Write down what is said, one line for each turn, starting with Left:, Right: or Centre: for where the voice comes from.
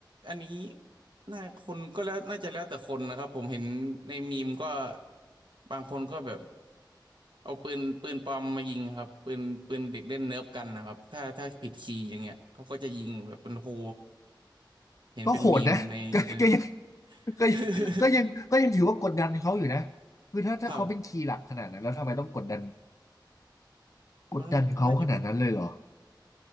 Right: อันนี้น่าคนก็แล้วน่าจะแล้วแต่คนนะครับผมเห็นในมีมก็บางคนก็แบบ เอาปืนปืนปลอมมายิงครับปืนปืนเด็กเล่นเนิร์ฟกันนะครับถ้าถ้าผิดคีย์อย่างเงี้ยเขาก็จะยิงแบบเป็นครูเห็นเป็นมีมในอินเทอร์เน็ต
Left: ก็โหดนะ <laughs> ก็ก็ยังก็ยังก็ยังก็ยังถือว่ากดดันเขาอยู่นะ
Right: <laughs>
Left: คือถ้าถ้าเขาเป็นคีย์หลักขนาดนั้นแล้วทำไมต้องกดดัน
Right: ครับ
Left: กดดันเขาขนาดนั้นเลยเหรอ
Right: มันน่าจะเป็น